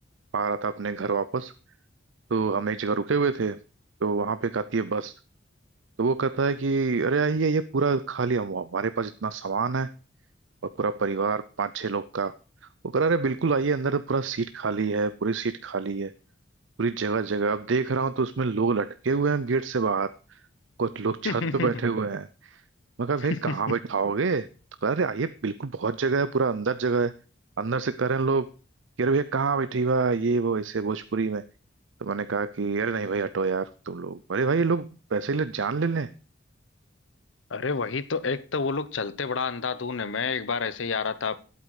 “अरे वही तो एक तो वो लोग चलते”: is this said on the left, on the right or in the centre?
Left